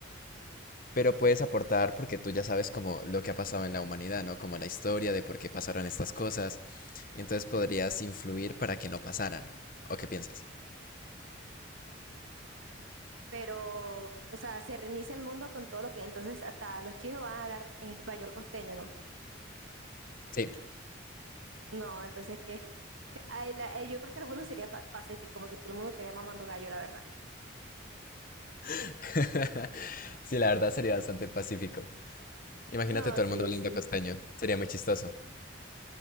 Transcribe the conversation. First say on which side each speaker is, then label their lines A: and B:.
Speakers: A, on the left; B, on the right.
A: pero puedes aportar porque tú ya sabes como lo que ha pasado en la humanidad, ¿no? Como la historia de por qué pasaron estas cosas, y entonces podrías influir para que no pasaran. ¿O qué piensas?
B: Pero, o sea, se reinicia el mundo con todo lo que, entonces hasta los chinos van a hablar español costeño, ¿no?
A: Sí.
B: No, entonces que <laughs> yo creo que el mundo sería pa- pacífico porque todo el mundo estaría mamando gallo, la verdad.
A: <laughs> Sí, la verdad sería bastante pacífico. Imagínate
B: No,
A: todo
B: sí,
A: el mundo hablando
B: sí.
A: costeño. Sería muy chistoso.